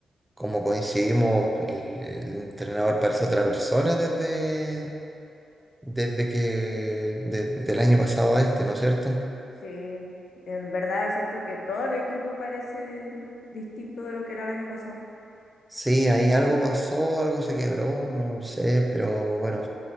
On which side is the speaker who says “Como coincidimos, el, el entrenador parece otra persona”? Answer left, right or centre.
Centre